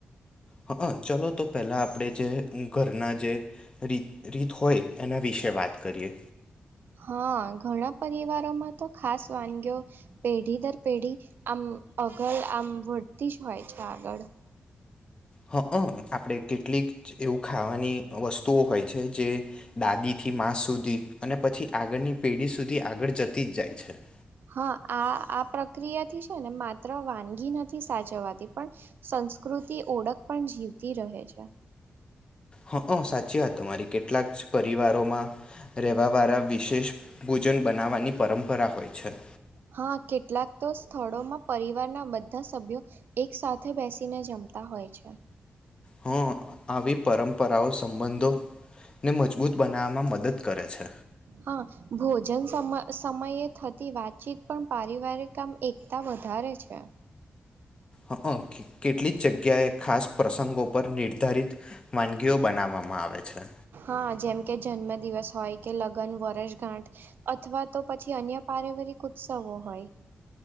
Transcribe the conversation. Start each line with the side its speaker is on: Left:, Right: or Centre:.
Left: હા ચલો તો પહેલા આપણે જે ઘરના જે ર ર હોય એના વિ વા કરી
Right: હા ઘણા પરિવારોમાં તો ખાસ વાનગી પેઢી દર પેઢી આમ અગલ આમ વળતી જ હોય છે આગળ
Left: હ હ આપણે કેટલીક એવું ખાવાની વસ્તુઓ હોય છે જે દાદીથી માં સુધી ી અને પછી આગળની પેઢી સુધી આગળ જતી જ જાય છે
Right: હા આ આ પ્રક્રિયાથી છે ને માત્ર વાનગી નથી સાચવવાતી પણ સંસ્કૃતિ ઓળખ પણ જીવતી રહે છે
Left: હ સાચી વાત મારી કેટલાક પરિવારોમાં રહેવા વાળા વિશેષ ભોજન બનાવવાની પરંપરા હોય છે
Right: હા કેટલાક તો સ્થળોમાં પરિવારના બધા સભ્યો એક સાથે બેસીને જમતા હોય છે
Left: હ આવી પરંપરાઓ સંબંધોને મજબૂત બનાવવામાં મદદ કરે છે
Right: હા ભોજન સમયે થતી વાતચીત પણ પારિવારિકામ એકતા વધારે છે
Left: હ કેટલીક જગ્યાએ ખાસ પ્રસંગો પર નિર્ધારિત વાનગીઓ બનાવવામાં આવે છે
Right: હા જેમ કે જન્મ દિવસ હોય કે લગ્ન વર્ષગાંઠ અથવા તો પછી અન્ય પારિવારિક ઉત્સવો હોય